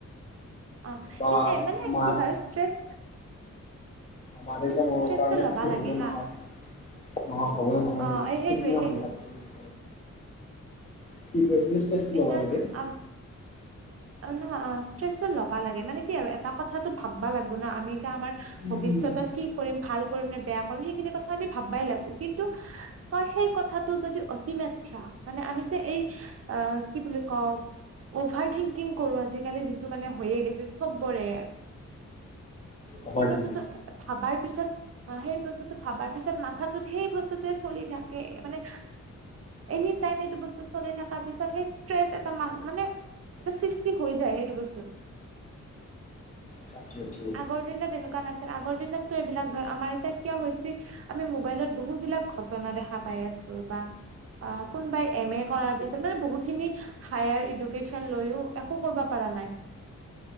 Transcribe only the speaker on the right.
অ'
কি মানে
কি হয় ষ্ট্ৰেচ।
ষ্ট্ৰেচটো
ল'বা
লাগে
হা
অ এই সেইটোৱে
সেইটোৱে
এটা
আম অ নহ অ ষ্ট্ৰেচো ল'বা লাগে, মানে কি আৰু এটা কথাটো ভাববা লাগিব না আমি এতিয়া আমাৰ
ভৱিষ্যতত কি কৰিম ভাল কৰিম নে বেয়া কৰিম, সেইখিনি কথা আমি ভাবাই লাগব, কিন্তু তই সেই কথাটো যদি অতি মাত্ৰা মানে আমি যে এই আহ কি বুলি কওঁ অভাৰ থিংকিং কৰো আজিকালি যিটো মানে হৈয়ে গৈছে চবৰে
সেই বস্তুটো
ভাবাৰ পিছত অ সেই বস্তুটো ভাবাৰ পিছত মাথাটোত সেই বস্তুটোৱে চলিয়ে থাকে, মানে এনি টাইম সেইটো বস্তু চলি থকাৰ পিছত সেই ষ্ট্ৰেছ এটা মা মানে এটা সৃষ্টি হৈ যায় সেইটো বস্তত।
আগৰ দিনত এনেকুৱা নাছি আগৰ দিনতো এইবিলাক ধৰ আমাৰ এতিয়া কিয় হৈছে, আমি মোবাইলত বহুত বিলাক ঘটনা দেখা পায় আছোঁ বা কোনবাই এম এ কৰাৰ পিছত মানে বহুতখিনি হাইয়াৰ এডুকেশ্বন লৈও একো কৰিব পৰা নাই।